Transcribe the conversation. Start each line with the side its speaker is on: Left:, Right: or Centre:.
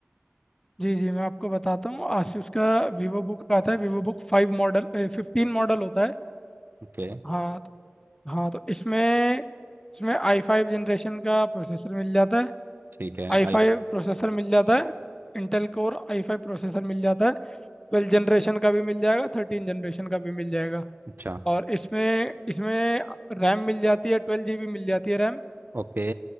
Left: जी जी मैं आपको बताता हूँ आसूस का वीवो बुक आता है Vivobook five model fifteen model होता है
Right: ओके
Left: हाँ तो- हाँ तो इसमें इसमें आई फाइव जनरेशन का प्रोसेसर मिल जाता है
Right: ठीक है
Left: आई
Right: आई
Left: फाइव प्रोसेसर मिल जाता है Intel core i five processor मिल जाता है ट्वेल्व जनरेशन का भी मिल जाएगा थर्टीन जनरेशन का भी मिल जाएगा
Right: अच्छा
Left: और इसमें इसमें रैम मिल जाती है ट्वेल्व जी बी मिल जाती है रैम
Right: ओके